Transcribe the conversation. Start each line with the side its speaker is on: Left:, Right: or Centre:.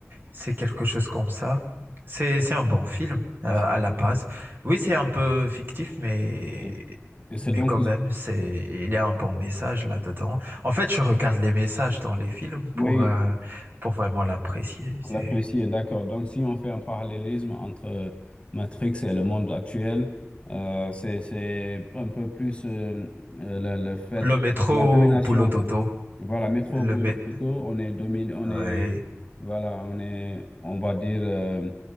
Right: c'est quelque chose comme ça. C'est, c'est un bon film euh,
Left: c'est-
Right: à la base. Oui, c'est un peu fictif, mais,
Left: c'est- Et c'est
Right: mais
Left: donc,
Right: quand même, c'est, il y a un bon message là-dedans. En fait, je regarde les messages dans les films
Left: oui,
Right: pour, euh, pour vraiment l'apprécier. C'est
Left: L'apprécier, d'accord. Donc, si on fait un parallélisme entre euh, Matrix et le monde actuel, euh, c'est, c'est un peu plus euh, euh, le, le fait,
Right: le
Left: de-
Right: métro
Left: la domination.
Right: boulot dodo.
Left: Voilà, métro,
Right: Le
Left: boulot,
Right: mé-
Left: dodo, on est dominé, on
Right: ouais.
Left: est, voilà, on est, on va dire, euh,